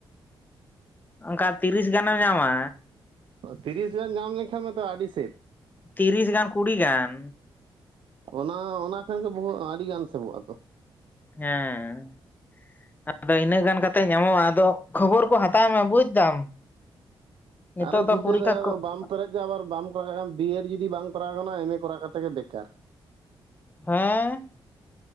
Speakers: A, on the left (about 20°); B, on the right (about 75°).
A: ᱚᱱᱠᱟ ᱛᱤᱨᱤᱥ ᱜᱟᱱᱮᱢ ᱧᱟᱢᱟ
B: ᱛᱤᱨᱤᱥ ᱦᱟᱡᱟᱨ ᱧᱟᱢ ᱞᱮᱱᱠᱷᱟᱱ ᱢᱟᱛᱚ ᱟᱹᱰᱤ ᱥᱮᱵᱷ
A: ᱛᱤᱨᱤᱥ ᱜᱟᱱ ᱠᱩᱲᱤ ᱜᱟᱱ
B: ᱚᱱᱟ ᱚᱱᱟ ᱴᱷᱮᱱ ᱜᱮ ᱟᱹᱰᱤ ᱜᱟᱱ ᱥᱮᱵᱚᱜ ᱟᱛᱚ
A: ᱦᱮᱸ ᱟᱫᱚ ᱤᱱᱟᱹᱜ ᱜᱟᱱ ᱠᱟᱛᱮᱮᱫ ᱧᱟᱢᱚᱜᱼᱟ ᱟᱫᱚ ᱠᱷᱚᱵᱚᱨ ᱠᱚ ᱦᱟᱛᱟᱣ ᱢᱮ ᱵᱩᱡᱽ ᱫᱟᱢ ᱱᱤᱛᱚᱜ
B: ᱟᱨᱚᱧ
A: ᱫᱚ
B: ᱪᱤᱱᱛᱟᱹᱭ
A: ᱯᱚᱨᱤᱠᱷᱟ
B: ᱫᱟ
A: ᱠᱚ
B: ᱵᱟᱢ ᱯᱮᱨᱮᱡ ᱫ ᱟᱵᱟᱨ ᱵᱟᱢ ᱠᱚᱨᱟᱣ ᱵᱤᱭᱮᱰ ᱡᱩᱫᱤ ᱵᱟᱝᱢ ᱠᱚᱨᱟᱣ ᱠᱟᱱᱟ ᱮᱢᱮ ᱠᱚᱨᱟᱣ ᱠᱟᱛᱮ ᱜᱮ ᱵᱮᱠᱟᱨ
A: ᱦᱮᱸ